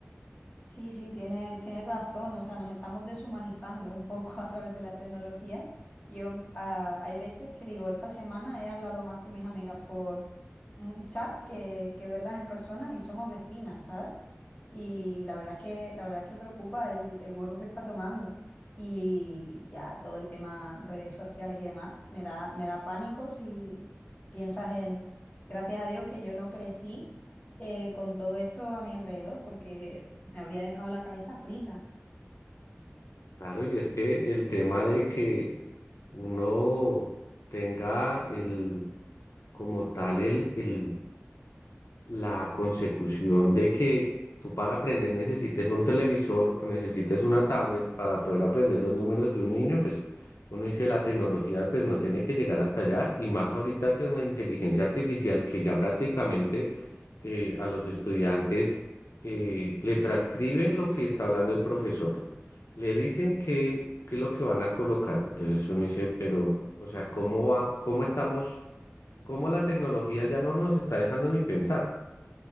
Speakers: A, on the left (about 30°); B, on the left (about 75°).
A: Sí, sí, tienes, tienes razón. O sea, nos estamos deshumanizando un poco <laughs> a través de la tecnología. Yo, mm, ah, hay veces que digo, esta semana he hablado más con mis amigas por un chat que, que verlas en persona y somos vecinas, ¿sabes? Y la verdad es que, la verdad es que preocupa el, el hueco que está tomando. Y ya todo el tema redes sociales y demás me da, me da pánico si piensas en, gracias a Dios que yo no crecí. eh, con todo esto a mi alrededor, porque me habría dejado la cabeza frita.
B: Claro, y es que el tema de que uno tenga el, como tal, el, el la consecución de que tú para aprender necesites un televisor o necesites una tablet para poder aprender los números de un niño, pues uno dice la tecnología pues no tiene que llegar hasta allá y más ahorita que con la inteligencia artificial que ya prácticamente eh, a los estudiantes eh, le transcriben lo que está hablando el profesor, le dicen que, qué es lo que van a colocar, entonces uno dice, pero o sea, ¿cómo va, cómo estamos, cómo la tecnología ya no nos está dejando ni pensar?